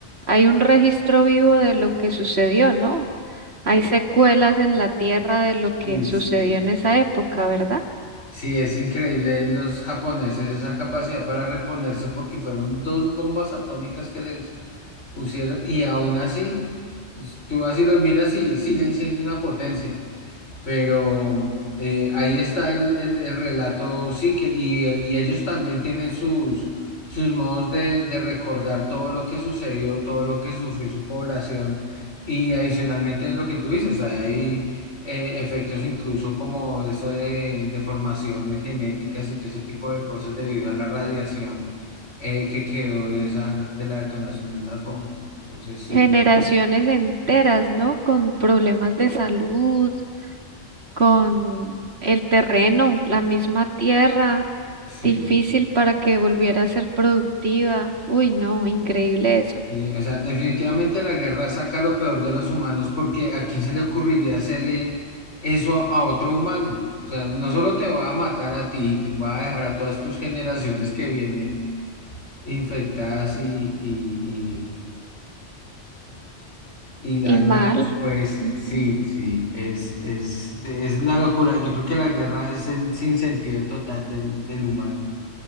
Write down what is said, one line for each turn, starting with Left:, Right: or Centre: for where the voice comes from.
Right: hay un registro vivo de lo que sucedió, ¿no? Hay secuelas en la tierra de lo que
Left: Sí,
Right: sucedió
Left: sí.
Right: en esa época, ¿verdad?
Left: Sí, es increíble los japoneses esa capacidad para reponerse porque fueron dos bombas atómicas que les pusieron y aún así, tú así los miras y siguen siendo una potencia. Pero eh, ahí está el, el- el relato, sí, que, y, y ellos también tienen sus, sus modos de, de recordar todo lo que sucedió, todo lo que sufrió su población, y adicionalmente lo que tú dices, hay eh, efectos incluso como eso de deformaciones genéticas y todo ese tipo de cosas debido a la radiación eh, que quedó de esa, de la detonación de esas bombas. Entonces, sí,
Right: Generaciones enteras, ¿no? Con problemas de salud, con el terreno, la misma tierra
Left: sí.
Right: difícil para que volviera a ser productiva. Uy, no, increíble eso.
Left: Sí, o sea, definitivamente la guerra saca lo peor de los humanos porque ¿a quién se le ocurriría hacerle eso a, a otro humano? O sea, no solo te va a matar a ti, te va a dejar a todas tus generaciones que vienen infectadas y, y, y, y dañadas,
Right: Y mal.
Left: pues
Right: Ujú,
Left: sí, sí, es, es, es la locura. Yo creo que la guerra es el sinsentido total del, del humano.